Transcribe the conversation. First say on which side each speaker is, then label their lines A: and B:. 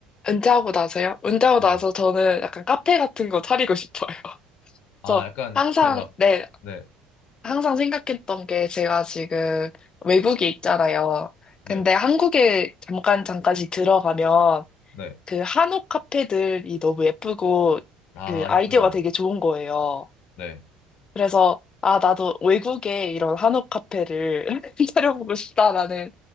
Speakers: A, on the left; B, on the left.
A: 은퇴하고 나서요? 은퇴하고
B: 네
A: 나서 저는 약간 카페 같은 거 차리고 싶어요. <laughs>
B: 아
A: 그래서
B: 약간
A: 항상
B: 그 막
A: 네,
B: 네
A: 항상 생각했던 게 제가 지금 외국에 있잖아요. 근데
B: 네
A: 한국에 잠깐 잠깐씩 들어가면
B: 네
A: 그 한옥 카페들이 너무 예쁘고
B: 아
A: 그 아이디어가
B: 이쁘죠
A: 되게 좋은 거예요.
B: 네
A: 그래서 아, 나도 외국에 이런 한옥 카페를 <laughs> 차려보고 싶다라는